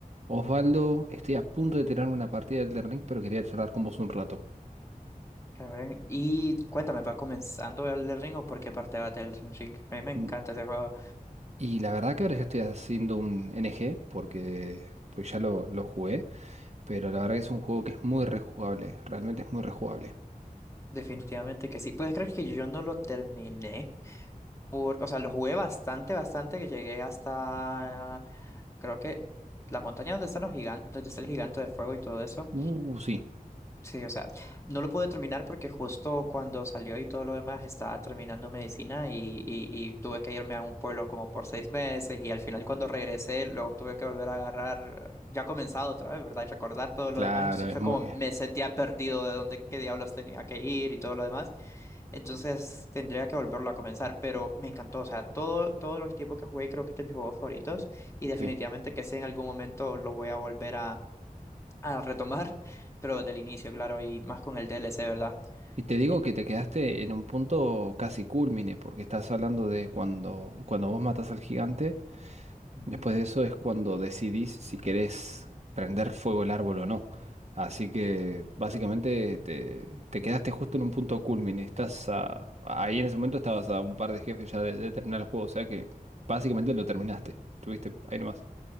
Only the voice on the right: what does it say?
Osvaldo, estoy a punto de tirar una partida del Elden Ring, pero quería charlar con vos un rato.
Mm,
Y la verdad que ahora ya estoy haciendo un NG porque pues ya lo, lo jugué, pero la verdad que es un juego que es muy rejugable, realmente es muy rejugable.
Uh, sí,
claro,
es
muy...
eh,
sí.
Y te digo
que te quedaste en un punto casi culmine, porque estás hablando de cuando, cuando vos matas al gigante
Después de eso es cuando decidís si querés prender fuego el árbol o no. Así que básicamente te, te quedaste justo en un punto culmine. Estás a- ahí en ese momento estabas a un par de jefes ya de, de terminar el juego. O sea que básicamente lo terminaste. Tuviste ahí nomás.